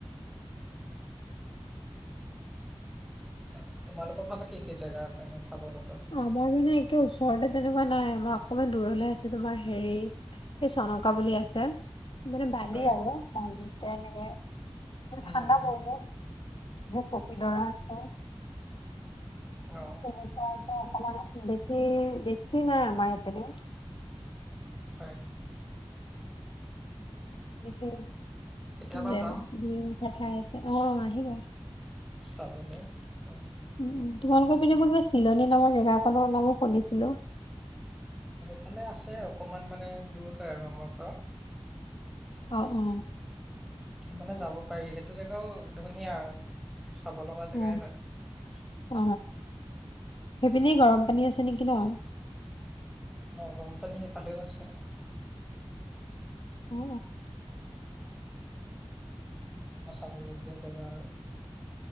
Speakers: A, in the centre; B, on the left.
A: তাত তোমালোকৰ ভালে কি কি জেগা আছে এনে চাব লগা?
B: আমাৰ মানে একে ওচ ওচৰতে তেনেকুৱা নাই আমাৰ অকনমান দূৰলে আছে তোমাৰ হেৰি এই চনকা বুলি আছে। মানে বালি
A: হয়
B: আৰু বালি। তেনেক মানে
A: উম
B: ঠাণ্ডা
A: উম
B: পৰিব। পিছত পপিডৰা আছে। <inaudible>
A: অঁ
B: <inaudible> বেছি বেছি নাই আমাৰ সিপিনেও
A: হয়
B: <inaudible>
A: কেতিয়াবা
B: <inaudible>
A: যাম
B: <inaudible> পঠাই আছে অ আহিবা
A: চাবলৈ <inaudible>
B: উম উম তোমালোকৰ পিনে মই কিবা চিলনী নামৰ জেগাখনৰ নামো শুনিছিলো
A: এইফালে আছে অকণমান মানে দূৰ হয় আৰু আমাৰ পৰা
B: অ অ
A: <inaudible> যাব পাৰি সেইটো জেগাও ধুনীয়া আৰু চাব লগা
B: অ
A: জেগাই হয়
B: অ সেইপিনে গৰম পানী আছে নেকি <inaudible>
A: অ গৰম পানী সেইফালেও আছে
B: অ
A: সেইবিলাক তোমাৰ চাবলগীয়া জেগা আৰু